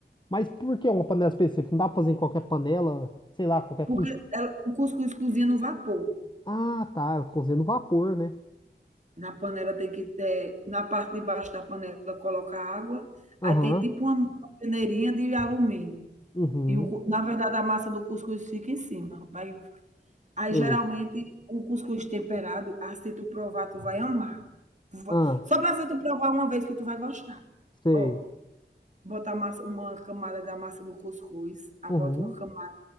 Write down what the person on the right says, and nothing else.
Porque
ela- o cuscuz cozinha no vapor.
Na panela tem que ter, na parte de baixo da panela coloca água,
aí tem tipo uma uma peneirinha de alumínio.
E o cu- na verdade a massa do cuscuz fica em cima. Vai- aí
geralmente o cuscuz temperado, ah, se tu provar, tu vai amar. Tu va-
Só para tu provar uma vez que tu vai gostar.
Ó. Bota a massa, uma camada da massa do cuscuz, aí
bota uma camada